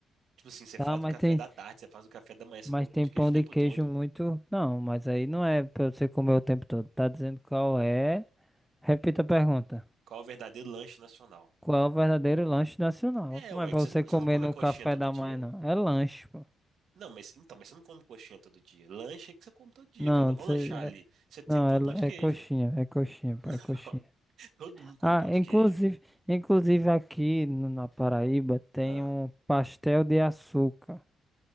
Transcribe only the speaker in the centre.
Tá,
mas
tem,
mas
tem
pão
de queijo
muito. Não, mas aí não é pra você comer o tempo todo. Tá dizendo qual é? Repita a pergunta.
Qual é o verdadeiro lanche nacional?
Não
é pra
você
comer
no
café
da
manhã, não. É lanche, pô.
Não,
você-
é,
não,
é,
é coxinha, é coxinha,
pô,
é coxinha.
Ah,
inclusive,
inclusive aqui no- na Paraíba tem
um pastel de açúcar.